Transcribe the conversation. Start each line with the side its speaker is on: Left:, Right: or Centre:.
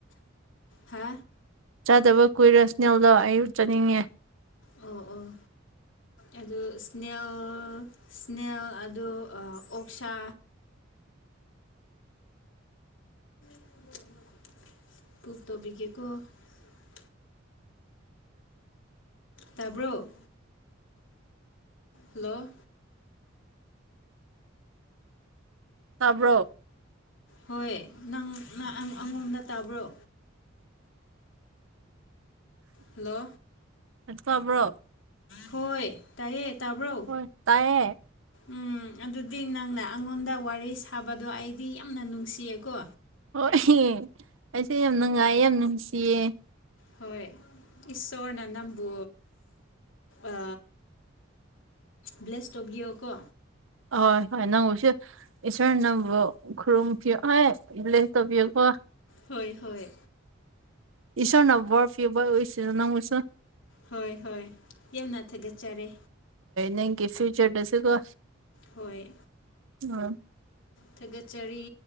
Left: ꯍꯥ
Right: ꯆꯥꯗꯕ ꯀꯨꯏꯔꯦ ꯏꯁꯅꯦꯜꯗꯣ ꯑꯩ ꯌꯨꯝ ꯆꯠꯅꯤꯡꯉꯦ
Left: ꯑꯣ ꯑꯣ ꯑꯗꯨ ꯏꯁꯅꯦꯜ ꯏꯁꯅꯦꯜ ꯑꯗꯨ ꯑꯣꯛꯁꯥ <unintelligible> ꯇꯥꯕ꯭ꯔꯣ ꯍꯜꯂꯣ
Right: ꯇꯥꯕ꯭ꯔꯣ
Left: ꯍꯣꯏ ꯅꯪ ꯅ ꯑꯩ ꯑꯩꯉꯣꯟꯗ ꯇꯥꯕ꯭ꯔꯣ ꯍꯜꯂꯣ
Right: ꯑ ꯇꯥꯕ꯭ꯔꯣ
Left: ꯍꯣꯏ ꯇꯥꯏꯌꯦ ꯇꯥꯕ꯭ꯔꯣ
Right: ꯍꯣꯏ ꯇꯥꯏꯌꯦꯦ
Left: ꯎꯝ ꯑꯗꯨꯗꯤ ꯅꯪꯅ ꯑꯩꯉꯣꯟꯗ ꯋꯥꯔꯤ ꯁꯥꯕꯗꯣ ꯑꯩꯗꯤ ꯌꯥꯝꯅ ꯅꯨꯡꯁꯤꯌꯦꯀꯣ
Right: ꯍꯣꯏ ꯑꯩꯁꯦ ꯌꯥꯝ ꯅꯨꯡꯉꯥꯏꯌꯦ ꯌꯥꯝ ꯅꯨꯡꯁꯤꯌꯦ
Left: ꯍꯣꯏ ꯏꯁꯣꯔꯅ ꯅꯪꯕꯨ ꯑ ꯕ꯭ꯂꯦꯁ ꯇꯣꯕꯤꯌꯣ ꯀꯣ
Right: ꯍꯣꯏ ꯍꯣꯏ ꯅꯪꯕꯨꯁꯨ ꯏꯁꯣꯔꯅ ꯅꯪꯕꯨ ꯈꯨꯔꯨꯝꯕꯤꯌꯣ ꯑꯩ ꯕ꯭ꯂꯦꯁ ꯇꯧꯕꯤꯌꯣꯀꯣ
Left: ꯍꯣꯏ ꯍꯣꯏ
Right: <inaudible> ꯏꯁꯣꯔꯅ ꯕꯣꯔ ꯄꯤꯕ ꯑꯣꯢꯁꯅꯨ ꯅꯪꯕꯨꯁꯨ
Left: ꯍꯣꯏ ꯍꯣꯏ ꯀꯦꯝ ꯅꯠꯇꯦꯗ ꯆꯔꯦ
Right: ꯅꯪꯀꯤ ꯐꯤꯎꯆꯔꯗꯁꯨꯀꯣ
Left: ꯍꯣꯏ
Right: <inaudible>
Left: ꯊꯥꯒꯠꯆꯔꯤ